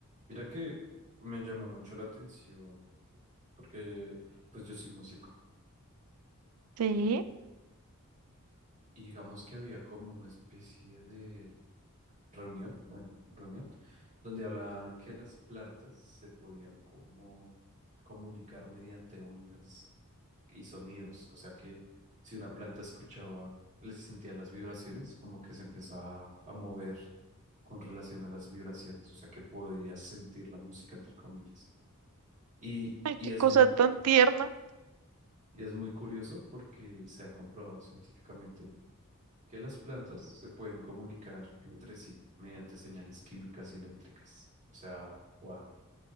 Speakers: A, on the right; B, on the right.
A: mira que me llamó mucho la atención porque pues yo soy músico.
B: Sí,
A: y digamos que había como una especie de reunión, bueno, reunión, donde hablaban que las plantas se podían como comunicar mediante ondas y sonidos. O sea que si una planta escuchaba, le sentía las vibraciones, como que se empezaba a mover con relación a las vibraciones. O sea que podías sentir la música, entre comillas. Y,
B: ay,
A: y
B: qué
A: es
B: cosa
A: muy,
B: tan tierna.
A: y es muy curioso porque se ha comprobado científicamente que las plantas se pueden comunicar entre sí mediante señales químicas y eléctricas. O sea, wow,